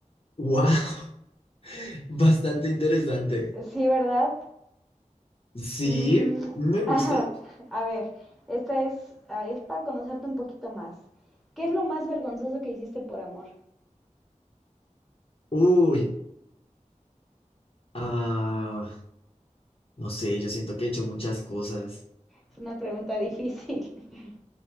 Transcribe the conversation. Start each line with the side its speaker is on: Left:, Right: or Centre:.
Left: ¡Wow! <laughs> Bastante interesante.
Centre: Sí, ¿verdad?
Left: Sí,
Centre: Mm,
Left: me gusta.
Centre: ajá. A ver, esta es, ah, es para conocerte un poquito más. ¿Qué es lo más vergonzoso que hiciste por amor?
Left: Uy, ah. No sé, yo siento que he hecho muchas cosas.
Centre: Es una pregunta difícil. <laughs>